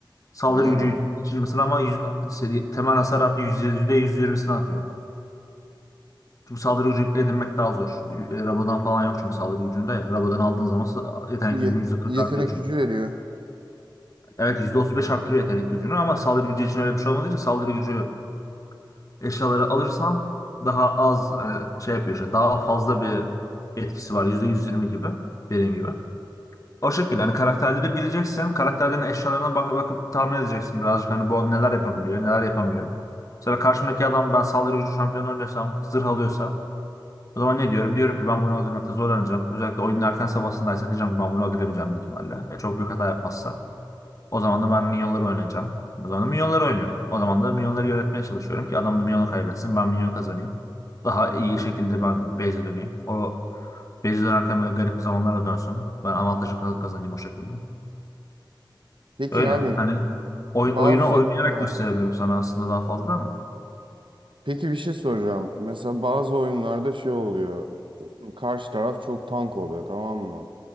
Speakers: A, on the left (about 40°); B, on the right (about 80°).
A: Saldırı
B: Ha.
A: gücü için mesela ama yüz- seri- temel hasar artı yüz- %120'sini atıyor. Çünkü saldırı gücü edinmek daha zor. E, Rabodan falan yok çünkü saldırı gücünde. ya. Rabodan aldığın zaman sa- yetenek
B: Yet-
A: gücünün %40
B: yetenek
A: artıyor çünkü.
B: gücü veriyor.
A: Evet %35 arttırıyor yetenek gücünü ama saldırı gücü için öyle bir şey olmadığı için saldırı gücü eşyaları alırsan daha az hani şey yapıyor işte daha fazla bir etkisi var. yüzde yüz yirmi gibi dediğim gibi. O şekilde hani karakterleri bileceksin. Karakterlerin eşyalarına bak bakıp tahmin edeceksin birazcık hani bu neler yapabiliyor, neler yapamıyor. Mesela karşımdaki adam ben saldırı gücü şampiyonu oynuyorsam, zırh alıyorsa o zaman ne diyorum? Diyorum ki ben bunu öldürmekte zorlanacağım. Özellikle oyunun erken safhasındaysa diyeceğim ki ben bunu öldüremeyeceğim büyük ihtimalle. E, çok büyük hata yapmazsa. O zaman da ben minyonları oynayacağım. O zaman da minyonları oynuyorum. O zaman da minyonları yönetmeye çalışıyorum ki adam da minyonu kaybetsin. Ben minyon kazanayım. Daha iyi şekilde ben base'e döneyim. O base'e dönerken böyle garip zamanlara dönsün. Ben avantajı ka- kazanayım o şekilde.
B: Peki
A: Öyle.
B: abim
A: Hani oy
B: bazı
A: oyunu oynayarak
B: ha.
A: gösterebilirim sana aslında daha fazla ama.
B: Peki bir şey soracağım. Mesela bazı oyunlarda şey oluyor. Karşı taraf çok tank oluyor tamam mı?